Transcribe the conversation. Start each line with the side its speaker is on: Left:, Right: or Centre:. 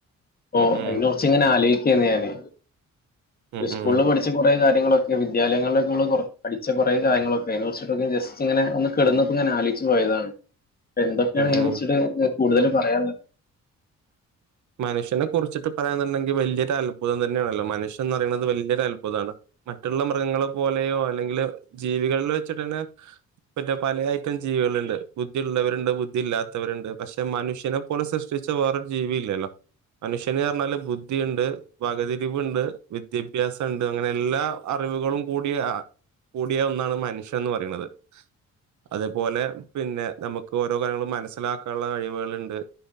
Left: <inaudible> ഓ
Right: ഉം ഉം
Left: അയിന കുറച്ച് ഇങ്ങനെ ആലോയിക്കേന്ന് ഞാന്
Right: ഉം
Left: സ്കൂളില്
Right: ഉം
Left: പഠിച്ച കൊറെ കാര്യ ങ്ങളു ഒക്കെ വിദ്യാലങ്ങളിലൊക്കകൊറ പഠിച്ച കൊറേ കാര്യങ്ങളൊക്കെ അത് വച്ചിട്ടൊക്കെ ജസ്റ്റ് ഇങ്ങനെ ഒന്ന് കെടുന്നപ്പോങ്ങന ആലോയിച്ചു പോയതാണ് എന്തൊക്കെയാണ്
Right: ഉം
Left: അയിനെ
Right: ഉം
Left: കുറിച്ചിട്ട് കൂടുതലും പറയാൻ ഉള്ളത്
Right: മനുഷ്യനെ കുറിച്ചിട്ട് പറയാന്നുണ്ടെങ്കിൽ വല്ലിയൊരത്ഭുതം തന്നെ ആണല്ലോ മനുഷ്യനെന്ന് പറയണത് വല്യ ഒരത്ഭുതാണ് മറ്റുള്ള മൃഗങ്ങളെ പോലെയോ അല്ലെങ്കില് ജീവികളില് വെച്ചിട്ടന്നേ മറ്റേ പലേ ഐറ്റം ജീവികള്ണ്ട് ബുദ്ധി ഉള്ളവരുണ്ട് ബുദ്ധി ഇല്ലാത്തവരുണ്ട് പക്ഷേ മനുഷ്യനും പോലെ സൃഷ്ടിച്ച വേറൊരു ജീവി ഇല്ലല്ലോ മനുഷ്യന് പറഞ്ഞാല് ബുദ്ധി ഇണ്ട് വകതിരിവുണ്ട് വിദ്യാഭ്യാസൊണ്ട് അങ്ങനെ എല്ലാ അറിവുകളും കൂടി ആഹ് കൂടിയ ഒന്നാണ് മനുഷ്യൻ എന്ന് പറയണത് അതേപോലെ പിന്നെ നമുക്ക് ഓരോ കാര്യങ്ങളും മനസ്സിലാ ക്കാനുള്ള കഴിവുകള് ഇണ്ട്